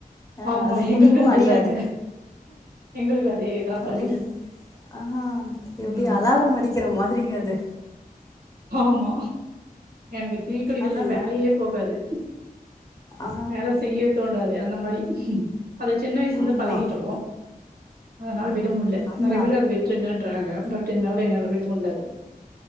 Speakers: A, on the left; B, on the right.
A: ஆ
B: ஆமா
A: அது
B: எங்களுக்கு
A: முடியுவு
B: அதேதா
A: அடையாது
B: இங்க எங்களுக்கு அதேதா
A: காலைலே
B: தோழி
A: ஆ எப்டி
B: ம்
A: அலாரம் அடிக்கிற மாதிரிங்கே அத் து
B: ஆமா எனக்கு டீ குடிக்குல்னா
A: அது
B: வேலயே போகாது
A: ஆ
B: வேல செய்யவே தோண்டாது அந்த மாரி அது சின்ன வயிஸ்லிந்து
A: ஆமா
B: பழகிட்டோ அதுனால
A: ஆமா
B: விட முல்லே
A: அதுதா
B: நெறைய பேரு அது விட்ருங்கேன்றாங்க பட் என்னால என்னியால் விட முல்லாது